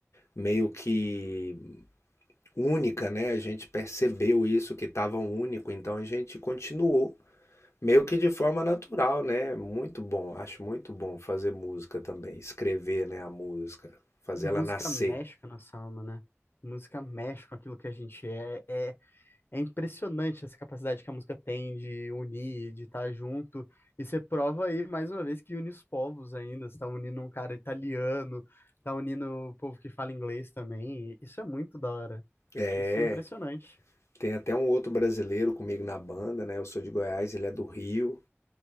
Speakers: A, on the left (about 80°); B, on the left (about 50°).
A: meio que única, né? A gente percebeu isso que estava único, então a gente continuou. Meio que de forma natural, né? Muito bom, acho muito bom fazer música também, escrever, né, a música, fazer
B: Música
A: ela nascer.
B: mexe com a nossa alma, né? Música mexe com aquilo que a gente é. É, é impressionante essa capacidade que a música tem de unir, de estar junto. E você prova aí, mais uma vez, que une os povos ainda. Você tá unindo um cara italiano, tá unindo o povo que fala inglês também. Isso é muito da hora.
A: É,
B: Isso é impressionante.
A: tem até um outro brasileiro comigo na banda, né? Eu sou de Goiás, ele é do Rio